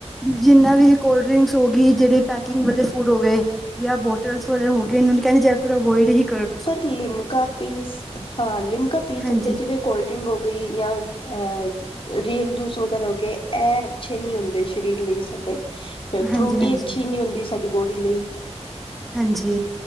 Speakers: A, in the centre; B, on the left.
A: ਜਿੰਨਾ ਵੀ ਕੋਲਡਰਿੰਸ ਹੋ ਗਈ ਜਿਹੜੇ ਪੈਕਿੰਗ ਵਾਲੇ ਫੂਡ ਹੋ ਗਏ। ਜਾਂ ਬੋਟਲਸ ਵਗੈਰਾ ਹੋ ਗਏ ਇਹਨਾਂ ਕਹਿ ਜ਼ਿਆਦਾਤਰ ਅਵਾਈਡ ਹੀ ਕਰ।
B: ਪਰ ਲਿਮਕਾ ਪੀਸ ਹਾਂ ਲਿਮਕਾ ਪੀ ਸਕਦੇ
A: ਹਾਂਜੀ,
B: ਜਿਵੇਂ ਕੋਲਡ ਹੋ ਗਈ ਜਾਂ ਐ ਰੀਅਲ ਜੂਸ ਵਗੈਰਾ ਹੋ ਗਏ ਐ ਅੱਛੇ ਨਹੀਂ ਹੁੰਦੇ ਸਰੀਰ ਲਈ ਸਾਡੇ ਫਰੂਟੀ
A: ਹਾਂਜੀ, ਹਾਂਜੀ,
B: ਅੱਛੀ ਨਹੀਂ ਹੁੰਦੀ ਸਾਡੀ ਬੋਡੀ ਲਈ।
A: ਹਾਂਜੀ